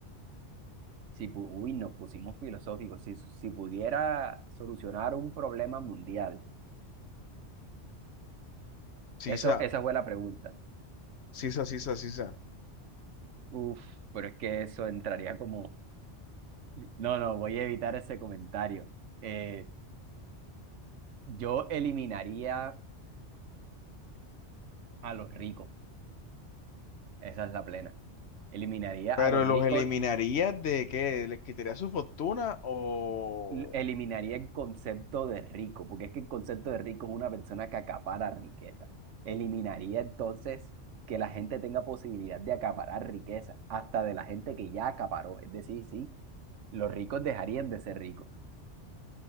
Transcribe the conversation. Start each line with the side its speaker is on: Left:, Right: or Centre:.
Right: Si, pu- uy, nos pusimos filosóficos. Si, si pudiera solucionar un problema mundial.
Left: Sisa,
Right: Eso, esa fue la pregunta.
Left: sisa, sisa, sisa.
Right: Uf, pero es que eso entraría como No, no, voy a evitar ese comentario. Eh, yo eliminaría a los ricos, esa es la plena. Eliminaría a
Left: ¿Pero
Right: los ricos,
Left: los eliminarías de qué? ¿Les quitarías su fortuna o
Right: l- eliminaría el concepto de rico, porque es que el concepto de rico es una persona que acapara riqueza. Eliminaría entonces que la gente tenga posibilidad de acaparar riqueza, hasta de la gente que ya acaparó. Es decir, sí, los ricos dejarían de ser ricos.